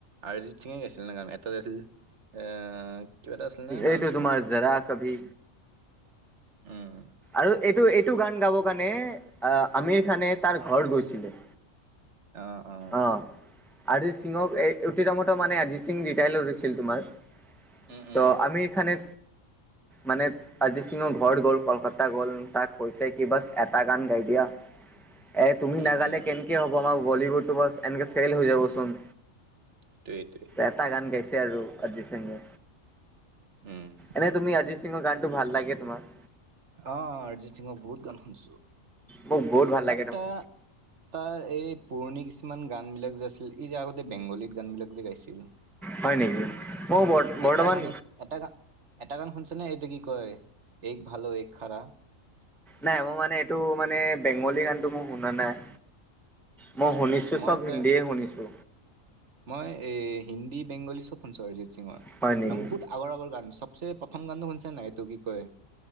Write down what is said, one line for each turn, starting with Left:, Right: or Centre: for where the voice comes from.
Right: অৰজিত সিঙে গাইছিলে গান এটা আছিল এ কিবা এটা আছিলে নহয়
Centre: এইটো
Right: নামটো।
Centre: তোমাৰ জৰা কভি।
Right: উম
Centre: আৰু এইটো এইটো গান গাব কাৰণে আহ আমিৰ খানে তাৰ ঘৰ গৈছিলে
Right: অ', অ',
Centre: আহ অৰিজিত সিংক এই উতিৰামতো মানে অৰিজিত সিং ৰিটায়াৰ হৈছিল তোমাৰ
Right: উম, উম,
Centre: ত' আমিৰ খানে মানে অজিত সিঙৰ ঘৰত গ'ল কলকাতা। এটা গ'ল তাক কৈছে কি বাছ এটা গান গাই দিয়া এ তুমি
Right: উম,
Centre: নাগালে
Right: উম,
Centre: কেনেকে হ'ব আমাৰ বলিউডটো বাছ এনেকে ফেইল হৈ যাব চোন।
Right: সেইটোৱেই সেটোৱেই।
Centre: এটা গান গাইছে আৰু অৰিজিত সিঙে
Right: উম।
Centre: এনে তুমি অৰিজিত সিঙৰ গান টো ভাল লাগে তোমাৰ।
Right: অ' অৰিজিত সিঙক বহুত গান শুনিছো।
Centre: মোক বহুত ভাল লাগে তোমাক।
Right: <unintelligible> তাৰ এই পুৰণি কিছুমান গান বিলাক যে আছিল এই যে আগতে বেংগলীত গান বিলাক যে গাইছিল
Centre: হয় নেকি? মই বৰ্তমান
Right: এটা গান এটা গান এটা গান শুনছে ন এইটো কি কয়, এক ভাল এক খাৰা
Centre: নাই মোৰ মানে এইটো মানে বেংগলী গানটো মোৰ শুনা নাই
Right: আচ্ছা
Centre: মই শুনিছো
Right: মই
Centre: চব হিন্দীয়ে
Right: এ
Centre: শুনিছো
Right: মই এই হিন্দী বেংগলী চব শুনছো অৰিজিত সিঙৰ
Centre: হয় নেকি?
Right: বহুত আগৰ আগৰ গান চবচে প্ৰথম গানটো শুনিছে নাই এইটো কি কয়?